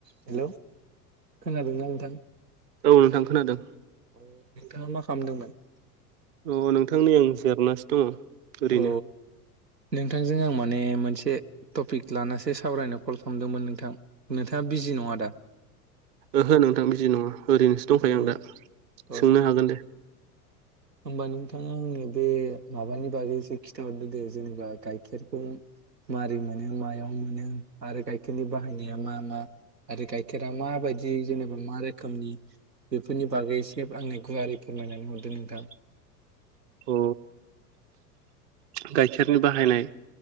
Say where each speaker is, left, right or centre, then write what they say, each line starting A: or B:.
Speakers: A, on the right; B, on the right.
A: Hello खोनादोंना नोंथां
B: औ नोंथां खोनादों
A: अ नोंथाङा मा खालामदोंमोन
B: औ नोंथां नै आं जिरनासो दङ ओरैनो
A: अ नोंथांजों आं माने मोनसे टपिक लानासो सावरायनो कल खालामदोंमोन नोंथां नोंथाङा बिजि नङा दा
B: ओहो नोंथां बिजि नङा ओरैनोसो दंखायो
A: अ
B: आं दा
A: अ
B: सोंनो हागोन दे
A: होमबा नोंथाङा आंनो बे माबानि बागैसो खिथाहरदो दे जेनेबा गाइखेरखौ मारै मोनो मायाव मोनो आरो गाइखेरनि बाहायनाया मा मा आरो गाइखेरा मा बायदि जेनेबा मा रोखोमनि बेफोरनि बागै एसे आंनो गुवारै फोरमायनानै हरदो नोंथां
B: अ गाइखेरनि बाहायनाय